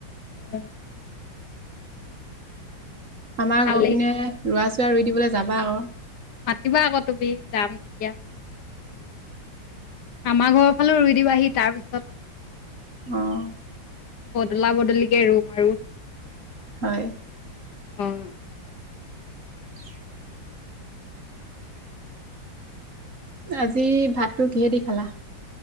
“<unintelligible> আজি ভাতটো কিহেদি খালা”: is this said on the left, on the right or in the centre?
Right